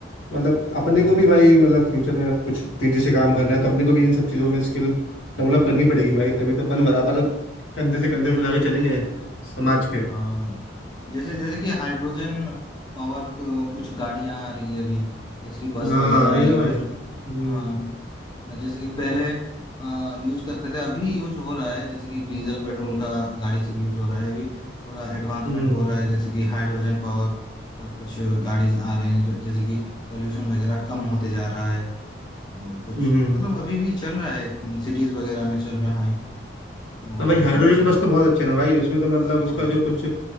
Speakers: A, on the left; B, on the left.
A: मतलब अपने
B: हाँ
A: को
B: हाँ
A: भी भाई मतलब फ्यूचर में कुछ तेजी से काम करना है तो अपने को भी इन सब चीज़ों में स्किल डेवलप करनी पड़ेगी भाई तभी तो अपन बराबर कंधे से कंधे मिला के चलेंगे समाज के
B: हाँ हाँ, भाई जैसे जैसे कि हाइड्रोजन पावर को- कुछ गाड़ियां आ रही है अभी जैसे कि बस
A: हाँ
B: वगैरह
A: अरे
B: या
A: ना भाई
B: फिर
A: हम्म
B: हाँ जैसे कि पहले यूज करते थे अभी यूज हो रहा है जैसे कि डीजल पेट्रोल का गाड़ी सब यूज हो रहा है अभी थोड़ा एडवांसमेंट
A: हम्म
B: हो रहा है जैसे कि हाइड्रोजन पावर का कुछ गाड़ी आ रहे हैं जो जैसे कि पोल्यूशन वगैरह कम होते जा रहा है और कुछ
A: हम्म
B: मतलब अभी भी चल रहा है सिटीज वगैरह में चल रहा है और
A: ना भाई हाइड्रोजन
B: कुछ
A: बस तो बहुत अच्छे है ना भाई उसमें तो मतलब उसका
B: हाँ
A: जो
B: हाँ
A: कुछ